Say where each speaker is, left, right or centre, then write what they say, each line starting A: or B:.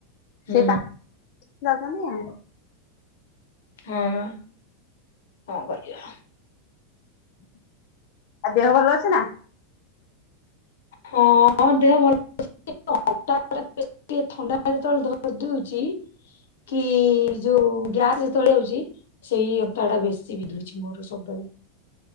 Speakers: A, on the left; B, on the left.
A: ହୁଁ
B: ସେ <inaudible> ଯାଉଛନ୍ତି ଆଉ।
A: ହଁ ବା କଣ କରିବା।
B: ଆଉ ଦେହ ଭଲ ଅଛି ନା।
A: ହଁ ଦେହ ଭଲ <inaudible> ଥଣ୍ଡା ଯେତେବେଳେ ଧରି ଦଉଛି। କି ଯୋଉ ଗ୍ୟାସ ଯେତବେଳେ ହଉଛି। ସେଇ ଅଣ୍ଟାଟା ବେଶୀ <inaudible> ମୋର ସବୁବେଳେ